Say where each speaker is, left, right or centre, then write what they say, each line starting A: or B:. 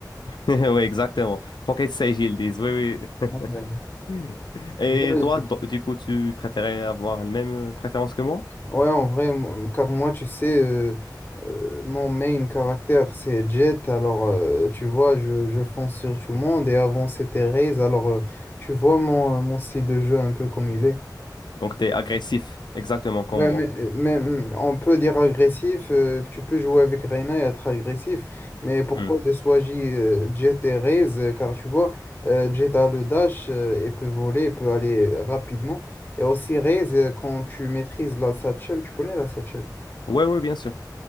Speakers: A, on the left; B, on the left.
A: <laughs> Oui, exactement. Pocket Sage, ils disent. Oui,
B: Ouais.
A: oui. <laughs> Et
B: Tu vois,
A: toi, do- du coup, tu préférais avoir la même euh, préférence que moi?
B: Ouais, en vrai, mo- car moi, tu sais, euh, euh, mon main caractère, c'est Jet. Alors, euh, tu vois, je, je fonce sur tout le monde. Et avant, c'était Raze. Alors, euh, tu vois mon, euh, mon style de jeu un peu comme il est.
A: Donc, tu es agressif, exactement comme
B: Ouais,
A: moi.
B: mais, mais, mm, on peut dire agressif, euh, que tu peux jouer avec Reyna et être agressif. Mais pourquoi
A: Oui,
B: j'ai choisi euh, Jet et Raze? euh, Car tu vois, euh, Jet a le dash euh, et peut voler, et peut aller rapidement. Et aussi Raze, euh, quand tu maîtrises la satchel, tu connais la satchel?
A: oui, bien sûr.